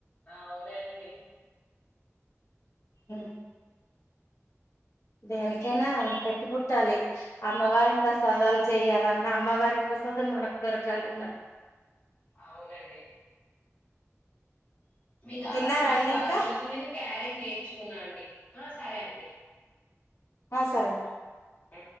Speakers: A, on the left (about 30°); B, on the left (about 70°).
A: అవునండి
B: ఉ దేనికైనా పెట్టి పుట్టాలి అమ్మవారి ప్రసాదాలు చెయ్యాలన్నా అమ్మవారి ప్రసాదం మనకు దొరకాలన్నా
A: అవునండి మీ దారా
B: తిన్నారా
A: మీ
B: అండి
A: ద్వారా
B: ఇంకా
A: ఈరోజు నేను క్యారెట్ నేర్చుకున్నా అండి ఆ సరే అండి
B: ఆ సరే
A: ఉ